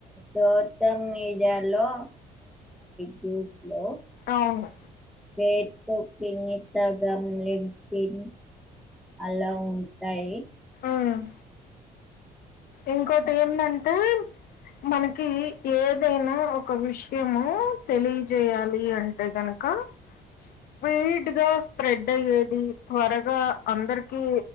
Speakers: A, in the centre; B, on the left.
A: మొత్తం మీడియా లో గ్రూప్ లో
B: అవును
A: ఎక్కొ తిని తాగం లేపిన్ అలా ఉంటాయి
B: ఉమ్ ఇంకోటి ఏందంటే మనకి ఏదైనా ఒక విషయము తెలియజేయాలి అంటే గన క్క స్పీడ్గా స్ప్రెడ్ అయ్యేది త్వరగా అందరికి